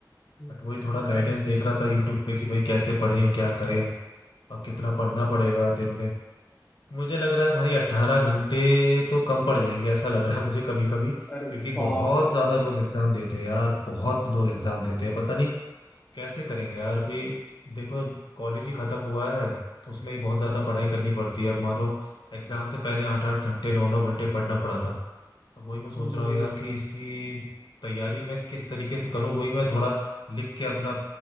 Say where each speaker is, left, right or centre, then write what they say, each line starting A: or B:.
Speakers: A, on the left (about 15°); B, on the left (about 80°).
A: हम्म,
B: बट वही थोड़ा गाइडेंस देख रहा था यूट्यूब पे कि भाई कैसे पढ़ें क्या करें और कितना पढ़ना पड़ेगा दिन में मुझे लग रहा
A: हम्म,
B: है भाई अट्ठारह घंटे तो कम पड़ जाएंगे ऐसा लग रहा है मुझे कभी कभी
A: अरे
B: क्योंकि
A: बाप
B: बहुत
A: रे
B: ज्यादा लोग एग्जाम देते हैं यार बहुत लोग एग्जाम देते हैं पता नहीं कैसे करेंगे यार अभी देखो कॉलेज ही खत्म हुआ है तो उसमें ही बहुत ज्यादा पढ़ाई करनी पड़ती है अब मानो एग्जाम से पहले आठ आठ घंटे नौ नौ घंटे पढ़ना पड़ा था अब वही मैं सोच
A: हम्म,
B: रहा हूँ यार कि इसकी तैयारी मैं किस तरीके से करूँ वही मैं थोड़ा लिख के अपना अ,